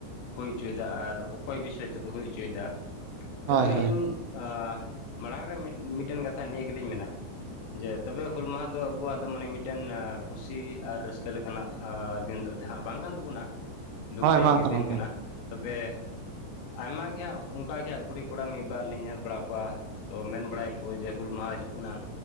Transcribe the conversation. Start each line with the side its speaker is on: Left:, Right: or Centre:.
Left: ᱦᱩᱭ ᱦᱚᱪᱚᱭᱮᱫᱟ ᱟᱨ ᱚᱠᱚᱭ ᱵᱤᱥᱚᱭ ᱛᱮᱠᱚ ᱦᱩᱭ ᱦᱚᱪᱚᱭᱮᱫᱟ᱾ ᱛᱚ
Right: ᱦᱳᱭ
Left: ᱟᱹᱞᱤᱧ
Right: ᱦᱳᱭ ᱦᱮᱸ
Left: ᱟᱸ ᱢᱟᱲᱟᱝ ᱨᱮ ᱢᱤᱫᱴᱮᱱ ᱠᱟᱛᱷᱟ ᱱᱤᱭᱟᱹ ᱜᱮᱞᱤᱧ ᱢᱮᱱᱟ᱾ ᱡᱮ ᱛᱚᱵᱮ ᱦᱩᱞ ᱢᱟᱦᱟ᱾ ᱫᱚ ᱟᱵᱚᱣᱟᱜ ᱫᱚ ᱢᱟᱱᱮ ᱢᱤᱫᱴᱮᱱ ᱠᱷᱩᱥᱤ ᱟᱨ ᱨᱟᱹᱥᱠᱟᱹ ᱞᱮᱠᱟᱱᱟᱜ ᱫᱤᱱ ᱫᱚ ᱛᱟᱦᱮᱸ ᱵᱟᱝ ᱠᱟᱱ ᱛᱟᱵᱚᱱᱟ᱾
Right: ᱦᱳᱭ
Left: ᱫᱩᱠ ᱨᱤᱭᱟᱜ
Right: ᱵᱟᱝ
Left: ᱜᱮ ᱫᱤᱱ
Right: ᱦᱮᱸ
Left: ᱠᱟᱱᱟ ᱛᱚᱵᱮ᱾
Right: ᱦᱮᱸ
Left: ᱟᱭᱢᱟ ᱜᱮ ᱦᱟᱸᱜ ᱚᱱᱠ ᱜᱮ ᱦᱟᱸ ᱠᱩᱲᱤ ᱠᱚᱲᱟ ᱢᱤᱫ ᱵᱟᱨ ᱞᱤᱧ ᱧᱮᱞ ᱵᱟᱲᱟ ᱠᱚᱣᱟ᱾ ᱛᱚ ᱢᱮᱱ ᱵᱟᱲᱟᱭᱟᱠᱚ ᱡᱮ ᱦᱩᱞ ᱢᱟᱦᱟ ᱦᱤᱡᱩᱜ ᱠᱟᱱᱟ᱾